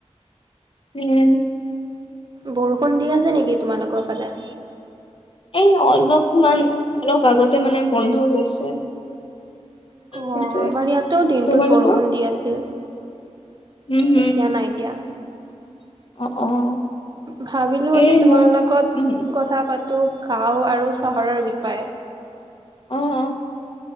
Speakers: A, on the left; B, on the right.
A: উম।
B: বৰষুণ দি আছে নেকি তোমালোকৰ ফালে?
A: এই অলপমান অলপ আগতে মানে বন্ধ হৈছে।
B: অ'
A: সেইটোয়ে।
B: আমাৰ ইয়াতো দিনটোত
A: তোমালোকৰ?
B: বৰষুণ দি আছিল।
A: উম,
B: এতিয়া নাই দিয়া।
A: অ', অ'।
B: ভাবিলোঁ আজি
A: এই
B: তোমাৰ
A: মোক
B: লগত
A: উম,
B: কথা পাতো গাওঁ আৰু চহৰৰ বিষয়ে।
A: অ', অ'।